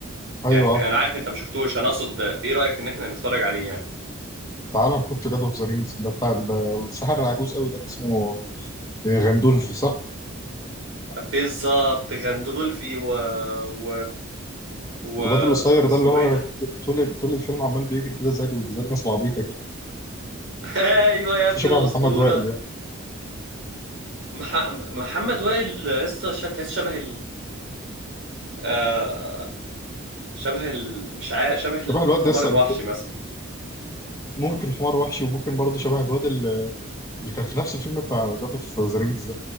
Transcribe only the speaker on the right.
يعني
انا عارف انت ما شفتوش انا اقصد ايه رأيك ان احنا نتفرج عليه يعني
بالظبط غندولفي و و و
اسمه
ايه ده
<laughs> ايوه يا
ابني
الاسطوره
مح... محمد وائل لسه شا- تحس شبه آه شبه ال... مش عارف شبه الحمار
الوحشي مثلا